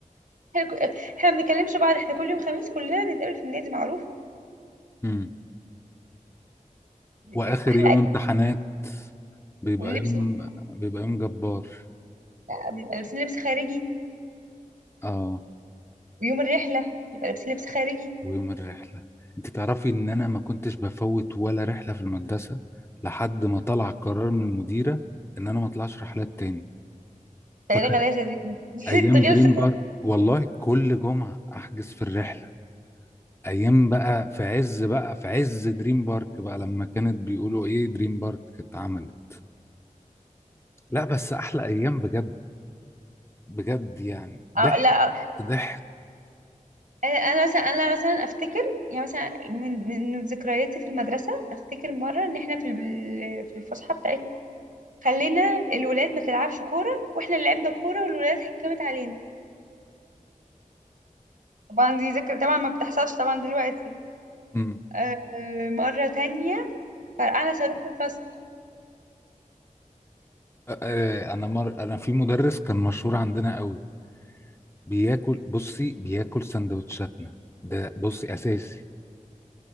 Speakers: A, on the right; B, on the left.
A: احنا ك- احنا ما بنتكلمش بعض احنا كل يوم خميس كلنا نتقابل في النادي معروف
B: امم
A: دي
B: واخر
A: كانت احلى
B: يوم
A: ايام
B: امتحانات بيبقى
A: واللبس
B: يوم
A: الخ-
B: بيبقى يوم جبار
A: بيبقى لابسين لبس خارجي
B: اه
A: ويوم الرحله نبقى لابسين لبس خارجي
B: ويوم الرحلة انت تعرفي ان انا ما كنتش بفوت ولا رحلة في المدرسة لحد ما طلع قرار من المديرة ان انا ما اطلعش رحلات تاني
A: تلاته
B: فاكر
A: غلاسه دي <laughs> ست
B: ايام
A: غلسه
B: دريم بارك والله كل جمعة احجز في الرحلة ايام بقى في عز بقى في عز دريم بارك بقى لما كانت بيقولوا ايه دريم بارك اتعملت لا بس احلى ايام بجد بجد يعني
A: أو
B: ضحك
A: لا
B: ضحك
A: انا أنا مثلا انا مثلا افتكر يعني مثلا من من ذكرياتي في المدرسه افتكر مره ان احنا في الب- في الفسحه بتاعتنا خلينا الولاد ما تلعبش كوره واحنا اللي لعبنا كوره والولاد حكمت علينا طبعا دي ذكرى طبعا ما بتحصلش طبعا دلوقتي
B: امم
A: آه، مرة تانية فرقعنا صاروخ في الفصل
B: أ- أ- انا مر... انا في مدرس كان مشهور عندنا قوي بياكل بصي بياكل سندوتشاتنا ده بصي اساسي